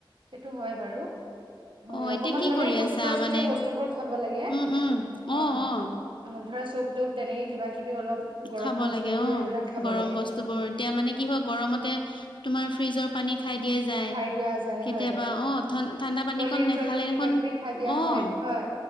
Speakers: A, on the right; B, on the left.
A: সেইটো হয়, বাৰু। হয়,
B: অ
A: অকমান
B: এতিয়া কি
A: মানে
B: কৰি
A: সুস্থ
B: আছা
A: জাতীয়
B: মানে
A: বস্তুবোৰ খাব লাগে।
B: উম উম
A: হয়
B: অ' অ'।
A: অলপ ধৰা চুপ, তুপ তেনেকে কিবা কিবি অলপ গৰম
B: খাব
A: বস্তুবোৰ
B: লাগে অ,
A: এইবিলাক খাব
B: গৰম
A: লাগে
B: বস্তু বোৰ, এতিয়া মানে কি হয় গৰমতে তোমাৰ ফ্ৰিজৰ পানী খাই। দিয়া যায়,
A: খাই দিয়া যায়
B: কেতিয়াবা
A: হয়
B: অ, ঠাণ্ডা পানীকণ
A: কল্ড ড্ৰিংক
B: নেখালে
A: চল্ড ড্ৰিংক কিবা কিবি খাই দিয়া
B: অ'
A: হয় হয়